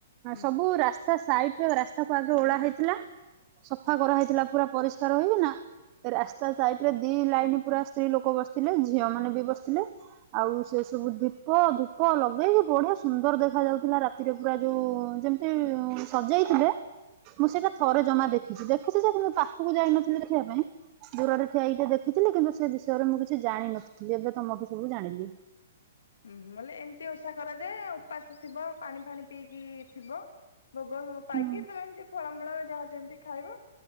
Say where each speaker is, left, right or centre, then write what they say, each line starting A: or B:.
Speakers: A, on the left (about 80°); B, on the right (about 40°).
A: ହୁଁ
B: ସବୁ ରାସ୍ତା ସାଇଟ ରେ ରାସ୍ତାକୁ ଆଗେ ଓଳା ହେଇଥିଲା ସଫା କରାହେଇଥିଲା ପୁରା ପରିଷ୍କାର ହେଇକି ନା ରାସ୍ତା ସାଇଟ ରେ ଦି ଲାଇନ ପୁରା ସ୍ତ୍ରୀ ଲୋକ କୋ ବସିଥିଲେ ଝିଅ ମାନେ ବି ବସିଥିଲେ। ଆଉ ସେ ସବୁ ଦୀପ ଧୂପ ଲଗେଇକି ବଢିଆ ସୁନ୍ଦର ଦେଖା ଯାଉଥିଲା ରାତି ରେ ପୁରା ଯୋଉ ଯେମିତି ସଜେଇଥିଲେ ମୁଁ ସେଇଟା ଥରେ ଜମା ଦେଖିଛି ଦେଖିଛି ଯେ କିନୁ ପାଖକୁ ଯାଇ ନଥିଲି ଦେଖିବା ପାଇଁ ଦୂରରେ ଠିଆଇକି ଟିକେ ଦେଖିଥିଲି କିନ୍ତୁ ସେ ବିଷୟରେ ମୁଁ କିଛି ଜାଣିନଥିଲି ଏବେ ତମଠୁ ସବୁ ଜାଣିଲି।
A: ଉଁ ହୁଁ ବଲେ ଏମିତି ଓଷା କରାଯାଏ ଉପାସ ଥିବ ପାଣି ଫାଣି ପିଇକି ଥିବ ଭୋଗ ସବୁ ପାଇକି
B: ହୁଁ
A: ତମେ ଏମିତି ଫଳମୂଳ ଯାହା ଯେମିତି ଖାଇବ